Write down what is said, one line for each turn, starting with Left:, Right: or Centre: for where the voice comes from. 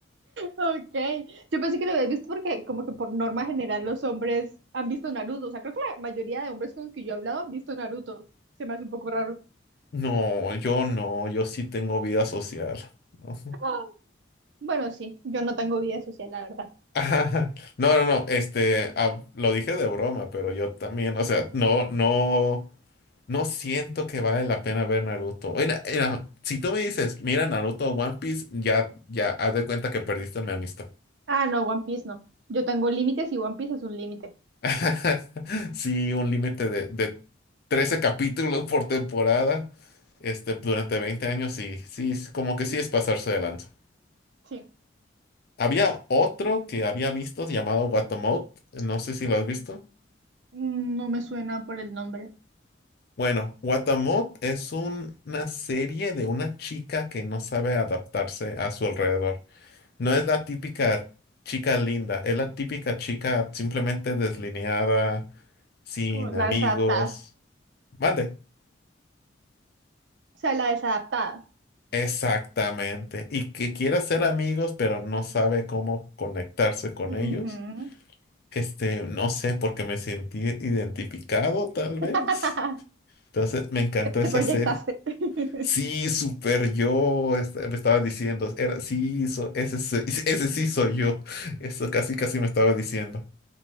Right: Ok, yo pensé que lo habías visto porque como que por norma general los hombres han visto Naruto. O sea, creo que la mayoría de hombres con los que yo he hablado han visto Naruto. Se me hace un poco raro.
Left: No, yo no, yo sí tengo vida social. Ujú.
Right: Ah. Bueno, sí, yo no tengo vida social, la verdad.
Left: <laughs> Ajá. No, no, no, este, ah, lo dije de broma, pero yo también, o sea, no, no. No siento que vale la pena ver Naruto. En- en- si tú me dices, mira Naruto o One Piece, ya, ya haz de cuenta que perdiste mi amistad.
Right: Ah, no, One Piece no. Yo tengo límites y One Piece es un límite.
Left: <laughs> Sí, un límite de, de 13 capítulos por temporada, este, durante 20 años, sí, sí, es como que
Right: Mm,
Left: sí es pasarse de lanza.
Right: Sí,
Left: Había otro que había visto llamado Watamote, no sé si lo has visto.
Right: Mm, No me suena por el nombre.
Left: Bueno, Watamote es un- una serie de una chica que no sabe adaptarse a su alrededor. No es la típica chica linda, es la típica chica simplemente deslineada, sin
Right: como la
Left: amigos.
Right: desadaptada.
Left: Mande.
Right: O sea, la desadaptada.
Left: Exactamente. Y que quiere ser amigos, pero no sabe cómo conectarse con
Right: Ujú.
Left: ellos. Este, no sé, porque me sentí identificado, tal vez.
Right: <laughs>
Left: Entonces, me encantó
Right: Te, te
Left: esa
Right: proyectaste.
Left: serie.
Right: <laughs>
Left: Sí, super yo, este, me estaba diciendo, era, sí, so- ese, soy- ese sí soy yo. Eso casi, casi me estaba diciendo.